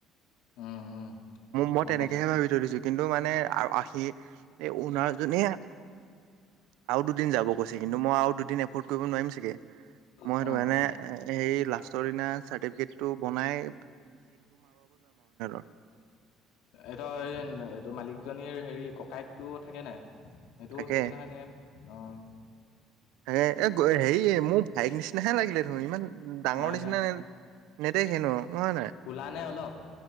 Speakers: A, on the left (about 70°); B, on the right (about 85°).
A: উম, উম
B: মই
A: গম
B: তেনেকেহে
A: পাইছোঁ।
B: ভাবি থৈ দিছোঁ। কিন্তু মানে আৰু আহি অনাৰ জনীয়ে আৰু দুদিন যাব কৈছে। কিন্তু মই আৰু দুদিন এফৰ্ড কৰিব নোৱাৰিম চ মই
A: অ',
B: সেইটো কাৰণে সেই লাষ্টৰ দিনা চাৰ্টিফিকেটটো বনাই <unintelligible>
A: এহঁতৰ সেই মালিকজনীৰ হেৰি ককায়েকটো থাকে নাই? সেইটো
B: থাকে,
A: চাগে নহয় চাগে অ',
B: থাকে এ হেৰি মোৰ ভায়েক নিচিনাহে লাগিলে তোমাক ইমান ডাঙৰ
A: নাই
B: নিচিনা
A: নাই
B: নেদেখিনো হয় নাই?
A: কোলা নে অলপ